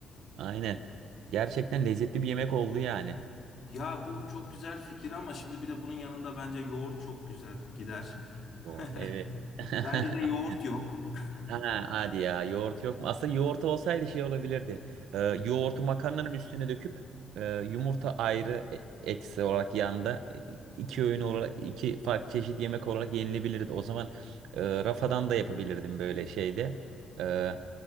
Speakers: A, on the right; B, on the left.
A: Aynen. Gerçekten lezzetli bir yemek oldu yani.
B: Ya bu çok güzel fikir ama şimdi bir de bunun yanında bence yoğurt çok güzel gider. <laughs>
A: Bu evet. <laughs>
B: Bende de yoğurt yok. <laughs>
A: Ha, hadi ya yoğurt yok mu? Aslında yoğurt olsaydı şey olabilirdi. Ee, yoğurtu makarnanın üstüne döküp e, yumurta ayrı e- eksi olarak yanda e, iki öğün olarak iki farklı çeşit yemek olarak yenilebilirdi. O zaman e, rafadan da yapabilirdim böyle şeyde. E,